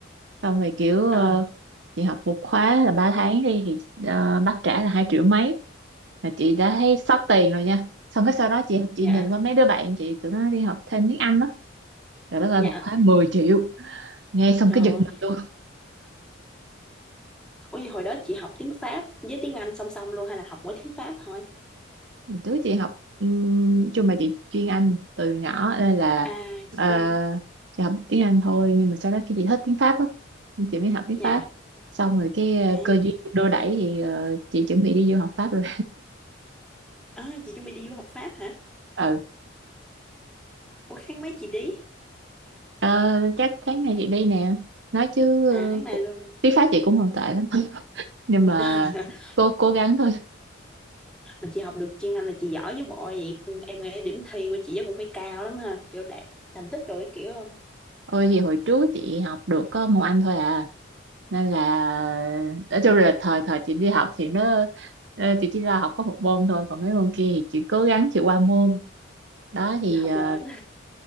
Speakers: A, on the right; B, in the centre.
A: xong rồi kiểu ờ,
B: à
A: chị học một khóa là 3 tháng đi thì ờ, bác trả là hai triệu mấy là chị đã thấy sót tiền rồi nha xong cái sau đó chị chị
B: dạ
A: nhìn qua mấy đứa bạn chị tụi nó đi học thêm tiếng Anh đó rồi đất ơi
B: dạ
A: một khóa mười triệu nghe xong
B: trời
A: cái giật mình
B: ơi
A: luôn
B: Ủa như hồi đó chị học tiếng Pháp với tiếng Anh song song luôn hay là học mỗi tiếng Pháp thôi?
A: mình trước chị học um, chung mà chị chuyên Anh từ nhỏ nên là
B: À chị
A: ờ,
B: chưa.
A: chị học tiếng Anh thôi nhưng mà sau đó cái chị thích tiếng Pháp á nên chị mới học tiếng
B: Dạ.
A: Pháp xong rồi cái
B: À,
A: ờ, cơ duyên đưa đẩy thì ờ, chị chuẩn bị đi du học Pháp rồi
B: à chị chuẩn bị đi du học Pháp hả?
A: <laughs> ừ
B: Ủa tháng mấy chị đi?
A: Ờ, chắc tháng này chị đi nè nói chứ ờ,
B: À tháng này
A: cũng-
B: luôn.
A: tiếng Pháp chị cũng không tệ lắm <laughs> nhưng mà
B: <laughs>
A: cố cố gắng thôi
B: Mà chị học được chuyên Anh là chị giỏi với bộ vậy. Em nghĩ điểm thi của chị chắc cũng phải cao lắm ha. Kiểu đạt thành tích rồi cái kiểu không?
A: ôi thì hồi trước chị học được có một anh thôi à nên là nói chung là thời thời chị đi học thì nó ờ, chị chỉ là học có một môn thôi còn mấy môn kia thì chị cố gắng chị qua môn đó thì
B: Học
A: ờ,
B: lệch <laughs> á.